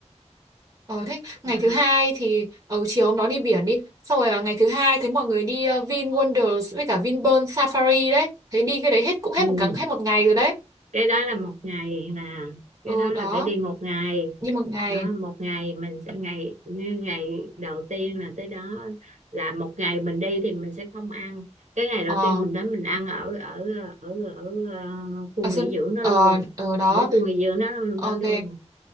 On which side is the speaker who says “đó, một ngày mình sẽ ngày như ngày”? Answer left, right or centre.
Right